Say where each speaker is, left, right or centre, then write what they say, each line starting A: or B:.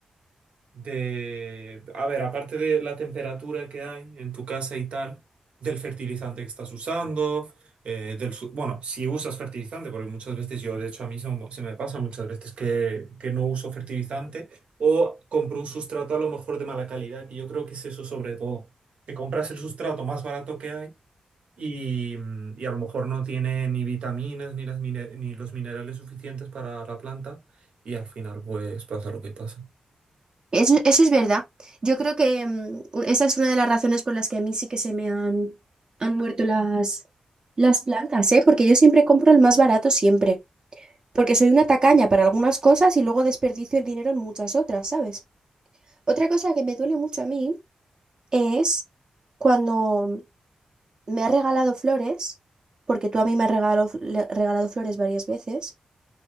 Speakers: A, on the right; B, on the right.
A: de, a ver, aparte de la temperatura que hay en tu casa y tal, del fertilizante que estás usando, eh, del, su- bueno, si usas fertilizante, porque muchas veces yo, de hecho, a mí se, me se me pasa muchas veces que, que no uso fertilizante o compro un sustrato a lo mejor de mala calidad, y yo creo que es eso sobre todo, que compras el sustrato más barato que hay. Y, mm, y a lo mejor no tiene ni vitaminas ni, las mine- ni los minerales suficientes para la planta y al final pues pasa lo que pasa.
B: Eso, eso es verdad. Yo creo que mm, esa es una de las razones por las que a mí sí que se me han, han muerto las, las plantas, ¿eh? Porque yo siempre compro el más barato siempre. Porque soy una tacaña para algunas cosas y luego desperdicio el dinero en muchas otras, ¿sabes? Otra cosa que me duele mucho a mí es cuando me has regalado flores, porque tú a mí me has regalado, le- regalado flores varias veces,